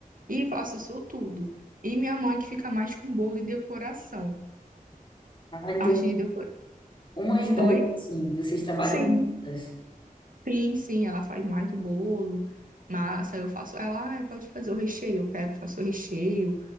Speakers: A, on the right; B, on the left.
A: e faço isso tudo. E minha mãe que fica mais com bolo e decoração.
B: Ah, então,
A: Parte de decoração.
B: uma ajuda
A: Oi?
B: a outra, assim, vocês trabalham
A: Sim,
B: juntas.
A: sim, sim, ela faz mais o bolo, massa, eu faço. Ela, ai, pode fazer o recheio, eu pego, faço o recheio.